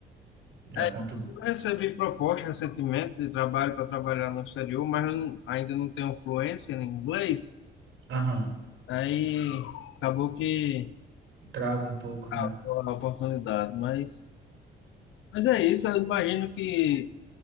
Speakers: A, on the right; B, on the left.
A: Já
B: É,
A: conto.
B: eu recebi proposta recentemente de trabalho para trabalhar no exterior, mas eu não- ainda não tenho fluência em inglês.
A: Aham.
B: Aí acabou que
A: Trava um pouco,
B: acabou
A: né?
B: a oportunidade, mas, mas é isso. Eu imagino que